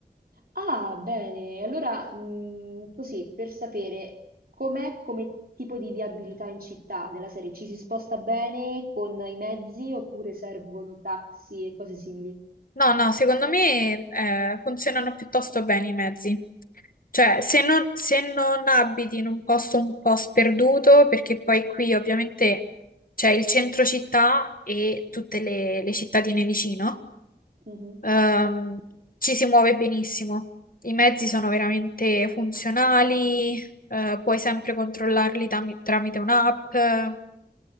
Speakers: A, on the right; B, on the left.
A: Ah, bene. Allora, mhmm, così, per sapere com'è come tipo di viabilità in città, della serie ci si sposta bene con i mezzi oppure servono taxi e cose simili?
B: No, no, secondo me eh, funzionano piuttosto bene i mezzi. Cioè, se non, se non abiti in un posto un po' sperduto, perché poi qui ovviamente c'è il centro città e tutte le, le cittadine vicino,
A: Mh-mh.
B: ehm, ci si muove benissimo. I mezzi sono veramente funzionali, eh, puoi sempre controllarli tam- tramite un'app, eh,